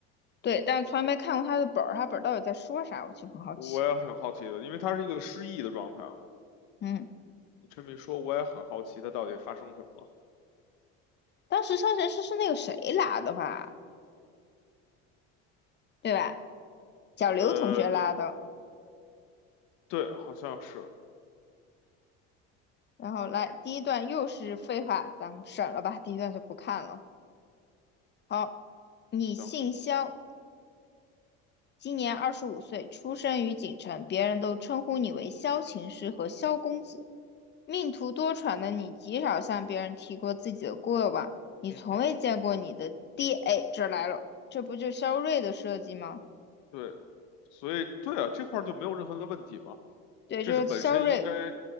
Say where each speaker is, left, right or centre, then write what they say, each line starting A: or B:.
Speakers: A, on the left; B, on the left.
A: 对，但从来没看过他的本儿，他本儿到底在说啥，我其实很好奇。
B: 我也挺好奇的，因为他是一个失忆的状态嘛。
A: 嗯，
B: 你这么一说，我也很好奇他到底发生什么了。
A: 当时商神诗是那个谁拉的吧？对吧？小刘同学拉的。
B: 呃，对对，好像是，
A: 然后来，第一段又是废话，咱们省了吧，第一段就不看了。好，你姓萧，
B: 行，
A: 今年二十五岁，出生于锦城，别人都称呼你为萧琴师和萧公子。命途多舛的你，极少向别人提过自己的过往，你从未见过你的爹。
B: 嗯嗯，
A: 哎，这来了，这不就肖睿的设计吗？
B: 对，所以对啊，这块儿就没有任何的问题嘛，
A: 对，
B: 这是本身应该
A: 就是肖睿。